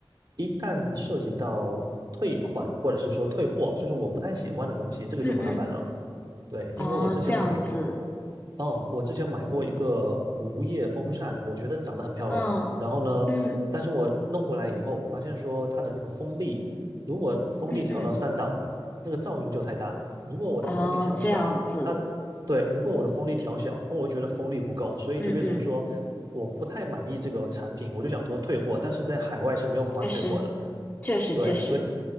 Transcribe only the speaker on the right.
一旦涉及到退款或者是说退货，就是我不太喜欢的东西，这个就麻烦了。
对，
因为我之前买
哦，我之前买过一个无叶风扇，我觉得长得很漂亮。
然后呢，但是我弄过来以后，我发现说它的那个风力，如果风力调到三档，
那个噪音就太大。如果我的风力调小，
它对，如果我的风力调小，那我觉得风力不够，所以就变成说我不太满意这个产品，
我就想说退货，但是在海外是没有办法退货的。
对，
所以